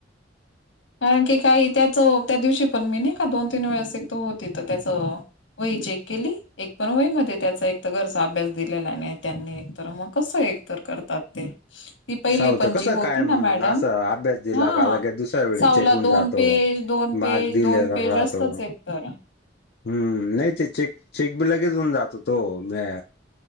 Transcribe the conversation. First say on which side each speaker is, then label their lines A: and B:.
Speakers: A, on the left; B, on the left.
A: <unintelligible> कारण की काही त्याचं त्या दिवशी पण मी नाही का दोन तीन वेळेस एक तर होती तर त्याचं वही चेक केली एक पण वही मध्ये त्याचा एक तर घरचा अभ्यास दिलेला नाही त्यांनी एक तर मग कसं एक ात पहि
B: साऊचं
A: पण
B: कसं
A: होती.
B: कायम
A: मॅडम
B: असं अभ्यास दिला
A: हा
B: का लगेच दुसऱ्या वेळेस
A: सावला
B: चेक होऊन
A: दोन
B: जातो.
A: पेज दोन पेज
B: मार्क दिलेला
A: दोन पेज
B: राहतो
A: असतच. तेरा
B: हम्म नाही ते चेक चेक बी लगेच होऊन जातो तो म